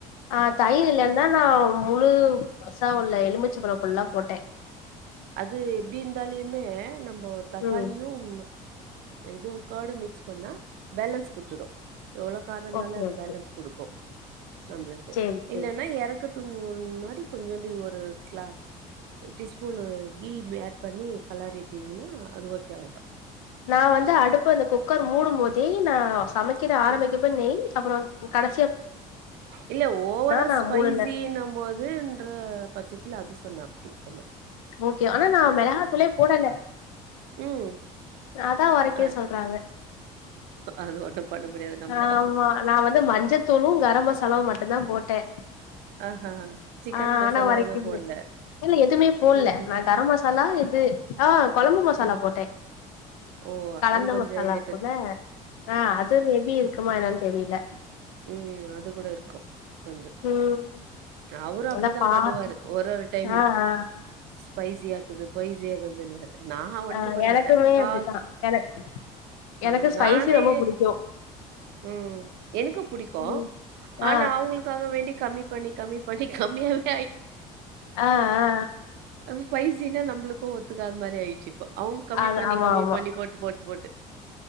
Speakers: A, on the left; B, on the right.
A: ஆ தயிர் இல்லன்தா நா முழு பசா உள்ள எலுமிச் ச்சப்பழோ ஃபுல்லா போட்டே
B: அது எப்டி இருந்தாலியுமே நம் மோ தக்காளியும்
A: ம்
B: இதூ கர்ட்டு மிக்ஸ் பண்ணா பேலன்ஸ் குத்துடூ எவ்வளோ காரோ இருந்தாலே
A: ஓகே
B: அது
A: ஓகே
B: பேலன்ஸ் குடுக்கூ நம்ளுக்கு
A: சேரி சேரி
B: இல்லன்னா எறக்குற் த்துக்கு முன்னாடி கொஞ்சோண்டு ஒரு கிளா அ டீஸ் ஸ்பூனு கீ பி ஆட் பண்ணி கலாறிட்டீங்கன்னா அது ஓகே ஆயிடூ
A: நா வந்து அடுப்பு அந்த குக்கர் மூடும் போதே நா சமை கிறத ஆரம்பிக்
B: ம்
A: கப்ப நெய் அப்புறோ ம் கட
B: இல்ல ஓவரா
A: நா
B: ஸ்பைசின்ன
A: மூடுனே
B: போதுன்ற பச்ச இல்ல அது சொன்ன அப்டி சொன்ன
A: ஓகே ஆனா நா மெளகாத்துளே போடல
B: ம்
A: அத்தா ஒரைக்கிது
B: அ
A: சொல்றாங்க
B: அது ஒண்ணு பண்ண முடியாது நம்ப
A: ஆமா நா வந்து மஞ்சத்தூளு கர மசாலாவு மட் ட்டுந்தா போட்டே
B: ஆஹா சிக்கன்
A: ஆ
B: மசாலா
A: ஆனா ஒரைக்கிது
B: எது போட்ல
A: இல்ல எதுமே போட்ல
B: ம்ஹூம்
A: நா கர மசாலா இது ஆ கொழம்பு மசாலா
B: ம் ம்.
A: போட்டே
B: ஓ
A: கலந்த
B: அது கொஞ்சோ
A: மசாலா
B: ஹைலைட்டட்
A: இருக்குல்ல ஆ அது மேபி இருக்குமா என்னன் தெரில
B: ம் அது கூட இருக்கூ கொஞ்சோ
A: ம்
B: ம் அவரூ அப்புடிதா
A: அந்த பாட்டு
B: பண்ணுவாரு ஒரு ஒரு டைம்மு
A: ஆ ஆ
B: பைசி ஆக்குது பைசி ஆகுதுன்னுவாரு நா ஒன்னும்
A: ஆ
B: பண்ண
A: எனக்குமே
B: மாட்டே கால்
A: அப்டித்தா எனக்
B: ஆ
A: எனக்கு ஸ்பைசி
B: நானே
A: ரொம்ப புடிக்கு
B: ம் எனக்குப் கோ
A: ம் ஆ
B: ஆனா அவங்களுக்காக வேண்டி கம்மி பண்ணி கம்மி பண்ணி கம்மியாவ்
A: ஆ ஆ
B: அப்போ பைசினா நம்ப்ளுக்கு ஒத்துக்காத் மாரி ஆய்ச்சிப்போ அவுங் கம்மி
A: அது
B: பண்ணி
A: ஆமா
B: கம்மி
A: ஆமா
B: பண்ணி போட்டு போட்டு போட்